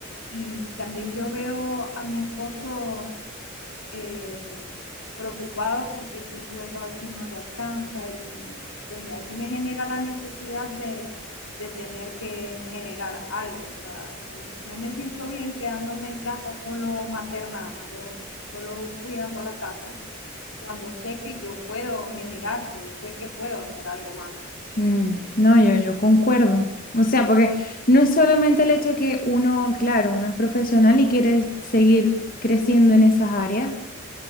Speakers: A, on the left (about 85°); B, on the left (about 40°).
A: y también yo veo a mi esposo eh, preocupado porque su sueldo a veces no le alcanza y pues ahí me genera la necesidad de, de tener que generar algo, o sea, no me siento bien quedándome en casa solo maternando, solo cuidando la casa cuando sé que yo puedo generar, que sé que puedo hacer algo más.
B: Mm, no, yo, yo concuerdo. O sea, porque no es solamente el hecho de que uno, claro, uno es profesional y quiere seguir creciendo en esas áreas,